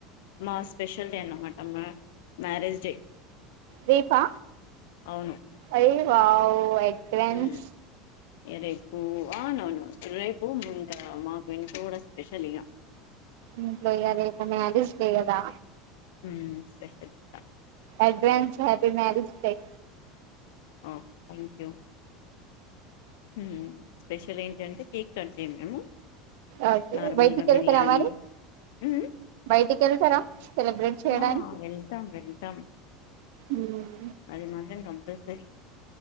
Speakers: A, on the left; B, on the right.
A: మా స్పెషల్ డే అన్నమాట అమ్ మ్యారేజ్ డే
B: రేపా
A: అవును
B: అయ్యో వావ్ ఫ్రెండ్స్
A: ఉమ్ రేపు ఆ అవునవును రేపు ఇంకా మాకు ఎంతో కూడా స్పెషల్ ఇగా
B: ఇంట్లో ఇగా రేపు మ్యారేజ్ డే కదా.
A: ఉమ్ స్పెషల్ ఇంకా
B: అడ్వాన్స్ హ్యాపీ మ్యారేజ్ డే
A: ఆ థ్యాంక్ యూ ఉమ్ స్పెషలే అంటే కేక్ కట్ చేయం
B: ఓకే
A: నార్మల్గా
B: బయటికి వెళ్తారా
A: బిర్యానీ
B: మరి
A: ఉమ్
B: బయటికి వెళ్తారా సెలబ్రేట్ చేయడానికి
A: ఆ వెళ్తాం వెళ్తాం
B: ఉమ్
A: అది మంచం అ సరి సరి